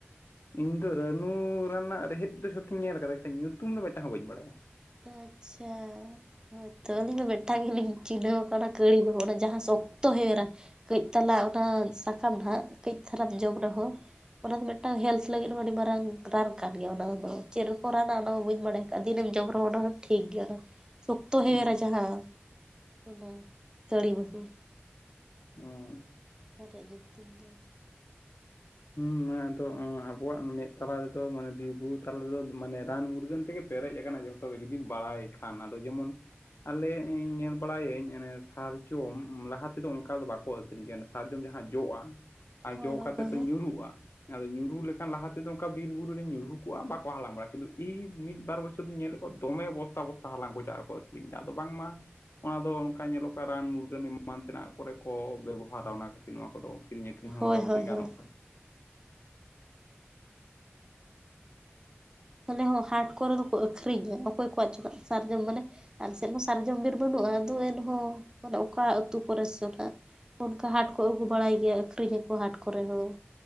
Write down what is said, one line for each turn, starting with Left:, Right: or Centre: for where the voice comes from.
Left: ᱤᱧ ᱫᱚ ᱨᱟᱱᱩ ᱨᱮᱱᱟᱜ ᱨᱮᱦᱮᱫ ᱫᱚ ᱡᱷᱚᱛᱚᱧ ᱧᱮᱞ ᱟᱠᱟᱫᱟ ᱧᱩᱛᱩᱢ ᱫᱚ ᱢᱤᱫᱴᱟᱝ ᱦᱚᱸ ᱵᱟᱹᱧ ᱵᱟᱲᱟᱭᱟ
Right: ᱟᱪᱷᱟ ᱦᱳᱭᱛᱳ ᱟᱹᱞᱤᱧ ᱫᱚ ᱢᱤᱫᱴᱟᱝ ᱜᱮᱞᱤᱧ ᱪᱤᱱᱦᱟᱹᱣ ᱟᱠᱟᱱᱟ ᱠᱟᱹᱲᱤ ᱵᱟᱹ ᱚᱱᱟ ᱡᱟᱦᱟᱸ ᱥᱚᱠᱛᱚ ᱦᱮᱣᱨᱟ᱾ ᱠᱟᱹᱡ ᱛᱟᱞᱟ ᱚᱱᱟ ᱥᱟᱠᱟᱢ ᱦᱟᱸᱜ ᱠᱟᱹᱡ ᱛᱟᱨᱟᱢ ᱡᱚᱢ ᱨᱮᱦᱚᱸ ᱚᱱᱟ ᱫᱚ ᱢᱤᱫᱴᱟᱝ ᱦᱮᱞᱛᱷ ᱞᱟᱹᱜᱤᱫ ᱢᱟ ᱟᱹᱰᱤ ᱢᱟᱨᱟᱝ ᱨᱟᱱ ᱠᱟᱱ ᱜᱮᱭᱟ ᱚᱱᱟ ᱫᱚ ᱪᱮᱫ ᱨᱮᱠᱚ ᱨᱟᱱᱼᱟ ᱚᱱᱟ ᱫᱚ ᱵᱟᱹ ᱵᱟᱲᱟᱭ ᱟᱠᱟᱫᱟᱼᱟ ᱫᱤᱱᱮᱢ ᱡᱚᱢ ᱚᱱᱟ ᱦᱚᱸ ᱴᱷᱤᱠ ᱜᱮᱭᱟ ᱚᱱᱟ ᱥᱚᱠᱛ ᱦᱮᱣᱨᱟ
Left: ᱦᱩᱸ
Right: ᱡᱟᱦᱟ ᱚᱱᱟ ᱛᱟᱹᱲᱤ ᱵᱟᱦᱩ
Left: ᱦᱸ
Right: ᱟᱨᱮᱡ ᱧᱩᱛᱩᱢ ᱫᱚ
Left: ᱦᱮᱸ ᱟᱫᱚ ᱟᱵᱚᱣᱟᱜ ᱢᱮᱫ ᱛᱟᱞᱟ ᱨᱮᱫᱚ ᱢᱟᱱᱮ ᱵᱤᱨ ᱵᱩᱨᱩ ᱛᱟᱞᱟ ᱨᱮᱫᱚ ᱢᱟᱱᱮ ᱨᱟᱱ ᱢᱩᱨᱜᱟᱹᱱ ᱛᱮᱜᱮ ᱯᱮᱨᱮᱡ ᱟᱠᱟᱱᱟ ᱡᱚᱛᱚᱜ ᱡᱩᱫᱤᱢ ᱵᱟᱲᱟᱭ ᱠᱷᱟᱱ ᱟᱫᱚ ᱡᱮᱢᱚᱱ ᱟᱞᱮ ᱤ ᱧᱮᱞ ᱵᱟᱲᱟᱭᱟᱹᱧ ᱥᱟᱨᱡᱚᱢ ᱞᱟᱦᱟ ᱛᱮᱫᱚ ᱚᱱᱠᱟ ᱫᱚ ᱵᱟᱠᱚ ᱟᱹᱷᱨᱤᱧ ᱠᱟᱱᱟ ᱥᱟᱨᱡᱚᱢ ᱡᱟᱦᱟᱸ ᱡᱚᱜᱼᱟ ᱟᱨ
Right: ᱦᱳᱭ
Left: ᱡᱚ ᱠᱟᱛᱮ
Right: ᱦᱳᱭ ᱦᱳᱭ
Left: ᱛ ᱧᱩᱨᱩᱜᱼᱟ ᱟᱫᱚ ᱧᱩᱨᱩ ᱞᱮᱠᱷᱟᱱ ᱞᱟᱦᱟ ᱛᱮᱫᱚ ᱚᱱᱠᱟ ᱵᱤᱨ ᱵᱩᱨᱩ ᱨᱧ ᱧᱩᱨᱩ ᱠᱚᱜᱼᱟ ᱵᱟᱠᱚ ᱦᱟᱞᱟᱝ ᱵᱟᱲᱟ ᱠᱤᱱᱛᱩ ᱤᱧ ᱢᱤᱫ ᱵᱟᱨ ᱵᱚᱪᱷᱚᱨ ᱫᱚᱧ ᱧᱮᱞᱮᱫ ᱠᱚᱣᱟ ᱫᱚᱢᱮ ᱵᱚᱥᱛᱟ ᱵᱚᱥᱛᱟ ᱦᱟᱞᱟᱝ ᱠᱚ ᱪᱟᱜ ᱟᱨ ᱠᱚ ᱟᱹᱠᱷᱨᱤᱧᱫᱟ ᱟᱫᱚ ᱵᱟᱝᱢᱟ ᱚᱱᱟ ᱫᱚ ᱚᱱᱠᱟ ᱧᱮᱞᱚᱜ ᱠᱟᱱᱟ ᱨᱟᱱ ᱢᱩᱨᱜᱟᱹᱱ ᱮᱢᱟᱱ ᱛᱮᱱᱟᱜ ᱠᱚᱨᱮ ᱠᱚ ᱵᱮᱵᱚᱦᱟᱨᱟ ᱚᱱᱟ ᱠᱷᱟᱹᱛᱤᱨ ᱱᱚᱣᱟ ᱠᱚᱫᱚ ᱠᱤᱨᱤᱧ ᱟᱹᱨᱤ ᱟᱠᱨᱤᱧ ᱦᱚᱸ
Right: ᱦᱳᱭ
Left: ᱢᱚᱴᱟᱢ ᱢᱩᱴᱤ
Right: ᱦᱳᱭ
Left: ᱜᱟᱱᱚᱜ
Right: ᱦᱳᱭ
Left: ᱠᱟᱱᱟ
Right: ᱟᱞᱮ ᱦᱚᱸ ᱦᱟᱴ ᱠᱚᱨᱮ ᱫᱚᱠᱚ ᱟᱹᱠᱷᱨᱤᱧᱟ ᱚᱠᱚᱭ ᱠᱚᱣᱟᱜ ᱪᱮᱫ ᱥᱟᱨᱡᱚᱢ ᱢᱟᱱᱮ ᱟᱞᱮ ᱥᱮᱫ ᱦᱚᱸ ᱥᱟᱨᱡᱚᱢ ᱵᱤᱨ ᱵᱟᱹᱱᱩᱜᱼᱟ ᱟᱫ ᱮᱱᱦᱚᱸ ᱢᱟᱱᱮ ᱚᱠᱟ ᱟᱹᱛᱩ ᱠᱚᱨᱮ ᱥ ᱦᱟᱜ ᱚᱱᱠᱟ ᱦᱟᱴ ᱠᱚ ᱟᱹᱜᱩ ᱵᱟᱲᱟᱭ ᱜᱮᱭᱟ ᱟᱠᱷᱨᱤᱧ ᱟᱠᱚ ᱦᱟᱴ ᱠᱚᱨᱮ ᱦᱚᱸ